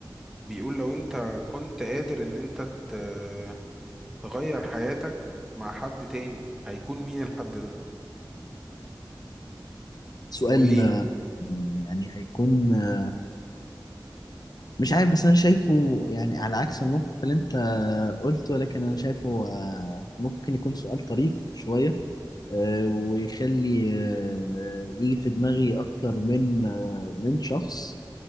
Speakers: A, in the centre; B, on the left (about 55°).
A: بيقول لو انت كنت قادر ان انت ت- تغير حياتك مع حد تاني هيكون مين الحد ده
B: سؤال
A: وليه؟
B: آه، يعني هيكون آه، مش عارف بس انا شايفه يعني على عكس الموقف اللي انت آه، قلته لكن انا شايفه آه، ممكن يكون سؤال طريف شوية آه، ويخلي آه، يجي في دماغي أكتر من آه، من شخص